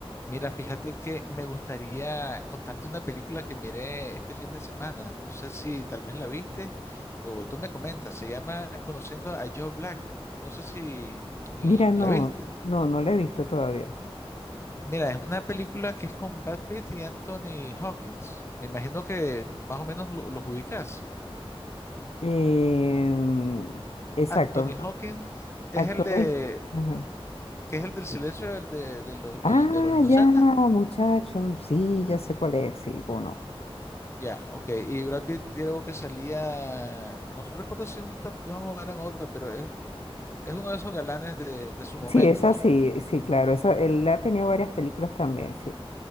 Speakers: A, on the left (about 25°); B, on the left (about 80°).
A: Mira, fíjate que me gustaría contarte una película que miré este fin de semana. No sé si tal vez la viste o tú me comentas. Se llama Conociendo a Joe Black. No sé si l-
B: Mira,
A: la
B: no,
A: viste.
B: no, no la he visto todavía.
A: Mira, es una película que es con Brad Pitt y Anthony Hawkins. Me imagino que más o menos lo- los ubicas.
B: Em, exacto,
A: Anthony Hawkins es
B: actores.
A: el de,
B: ajá.
A: que es el del silencio del- de, de lo-
B: Ah,
A: el de los inocentes.
B: ya, muchacho, sí, ya sé cuál es, sí, o no.
A: Ya, ok. Y Brad Pitt creo que salía, no recuerdo si en Top Gun o era en otra, pero es, es uno de esos galanes de, de su momento,
B: Sí, esa
A: ¿no?
B: sí, sí, claro, esa, él ha tenido varias películas también, sí.